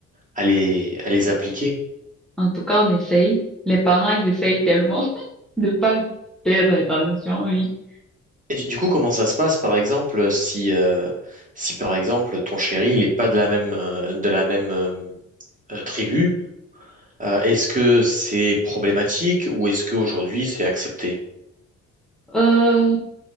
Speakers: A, on the right (about 25°); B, in the centre.
A: à les, à les appliquer.
B: En tout cas, on essaye. Les parents, ils essayent tellement <laughs> de pas perdre l'attention, oui.
A: Et du, du coup, comment ça se passe, par exemple, si, euh, si par exemple ton chéri, il n'est pas de la même, euh, de la même euh, euh, tribu Euh, est-ce que c'est problématique ou est-ce qu'aujourd'hui c'est accepté?
B: Euh,